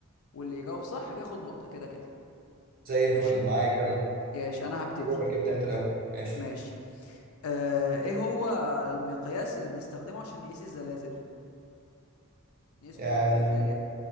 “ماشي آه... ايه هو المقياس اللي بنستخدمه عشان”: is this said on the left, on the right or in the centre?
Left